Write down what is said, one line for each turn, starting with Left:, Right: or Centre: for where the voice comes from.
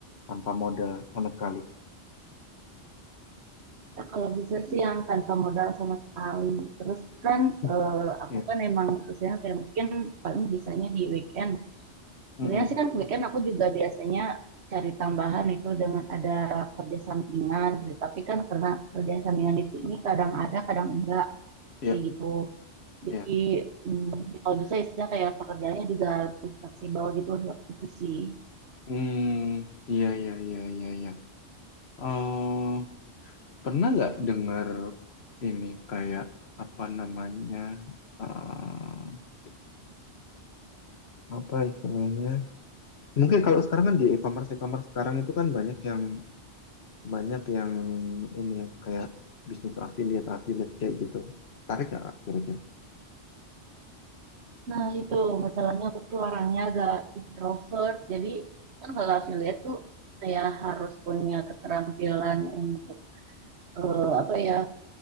Left: tanpa modal sama sekali.
Right: Ya, kalau bisa sih yang tanpa modal sama sekali. Terus kan
Left: <laughs>
Right: eh, aku
Left: Ya,
Right: kan emang usianya kayak mungkin paling bisanya di weekend Sebenarnya
Left: mm-mm.
Right: sih kan weekend aku juga biasanya cari tambahan itu dengan ada kerja sampingan gitu. Tapi kan karena kerja sampingan itu ini kadang ada, kadang enggak
Left: ya,
Right: kayak gitu. Jadi
Left: ya.
Right: mm, ya kalau bisa istilah kayak pekerjaannya juga lebih fleksibel gitu itu sih.
Left: Hmm, iya, iya, iya, iya, iya. Eh, pernah nggak dengar ini kayak apa namanya? eh, apa istilahnya? Mungkin kalau sekarang kan di e-commerce, e-commerce sekarang itu kan banyak yang banyak yang ini ya kayak bisnis affiliate, affiliate kayak gitu. Tarik nggak Kak, kira-kira?
Right: Nah itu masalahnya aku tuh orangnya agak introvert. Jadi kan kalau affiliate tuh kayak harus punya keterampilan untuk eh, apa ya